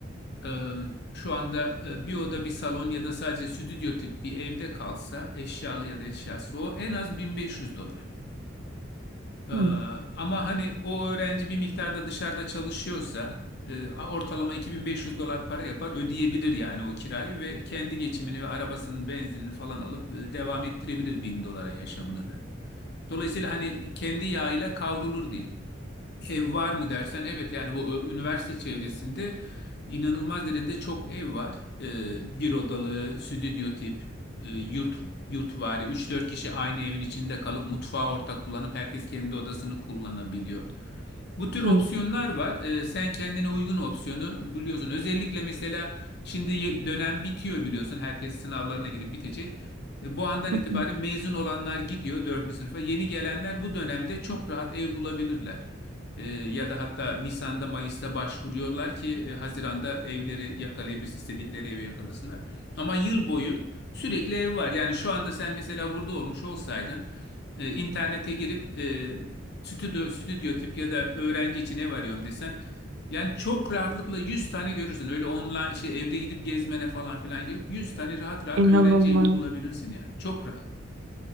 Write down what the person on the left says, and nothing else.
e, şu anda e, bir oda bir salon ya da sadece stüdyo tip bir evde kalsa eşyalı ya da eşyasız o en az 1500 dolar. E,
ama hani o öğrenci bir miktarda dışarıda çalışıyorsa e, ortalama 2500 dolar para yapar ödeyebilir yani o kirayı ve kendi geçimini ve arabasının benzinini falan alıp e, devam ettirebilir 1000 dolara yaşamını da. Dolayısıyla hani kendi yağıyla kavrulur diyeyim. Ev var mı dersen evet yani bu ö, üniversite çevresinde inanılmaz derecede çok ev var. Ee, bir odalı, stüdyo tip, e, yurt yurtvari üç dört kişi aynı evin içinde kalıp mutfağı ortak kullanıp herkes kendi odasını kullanabiliyor. Bu tür opsiyonlar
var. Ee, sen kendine uygun opsiyonu buluyorsun. Özellikle mesela şimdi y- dönem bitiyor biliyorsun. Herkes sınavlarına girip bitecek. E, Bu andan
itibaren
mezun olanlar gidiyor 4. sınıfa. Yeni gelenler bu dönemde çok rahat ev bulabilirler. E, ya da hatta Nisan'da Mayıs'ta başvuruyorlar ki e, Haziran'da evleri yakalayabilirsin istedikleri evi yakalasınlar. Ama yıl boyu sürekli ev var. Yani şu anda sen mesela burada olmuş olsaydın e, internete girip e, stüdyo, stüdyo tip ya da öğrenci için ev arıyorum desen yani çok rahatlıkla 100 tane görürsün. Öyle online şey evde gidip gezmene falan filan yok. 100 tane rahat rahat
öğrenci evi bulabilirsin yani. Çok rahat.